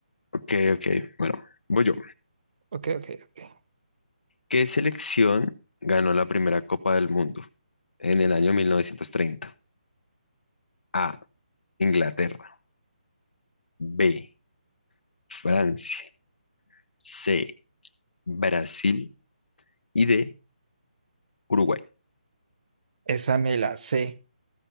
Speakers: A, on the left; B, on the right.
A: Ok, ok. Bueno, voy yo.
B: Ok, ok, ok.
A: ¿Qué selección ganó la primera Copa del Mundo en el año 1930? A. Inglaterra. B, Francia, C, Brasil y D, Uruguay.
B: Esa me la sé.